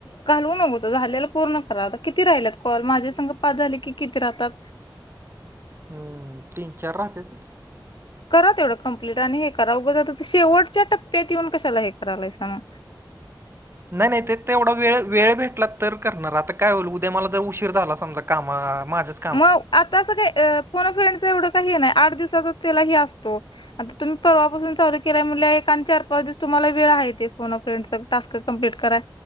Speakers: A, on the left (about 90°); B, on the right (about 30°).
A: घालवू नग होत झालेला पूर्ण करा होता किती राहिल्यात कॉल माझे संग पाच झाले की किती राहतात?
B: हम्म तीन-चार राहतेत.
A: करा तेवढं कं्प्लीट आणि हे करा उगं ज शेवटच्या टप्प्यात येऊन कशाला हे करायलाय सांग.
B: नाय नाय ते तेवढा वेळ वेळ भेटला तर करणार आता काय होईल उद्या मला जर उशीर झाला समजा कामं माझंच
A: म आता असं काही अ फोन अ फ्रेंडच एवढं काही नाही आठ दिवसचाच त्यालाही असतो आता तुम्ही परवापासून चालू केलं म्हणजे एक आणि चार पाच दिवस तुम्हाला वेळ आहे कोो फ्रेंडग टास्क कम्प्लीट कराय